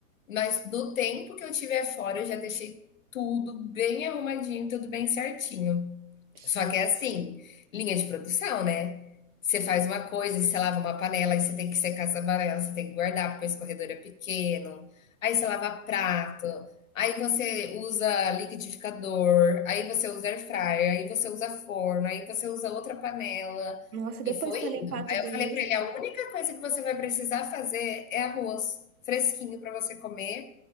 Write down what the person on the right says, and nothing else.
Gente.
Nossa, depois
pra
limpar tudo
isso.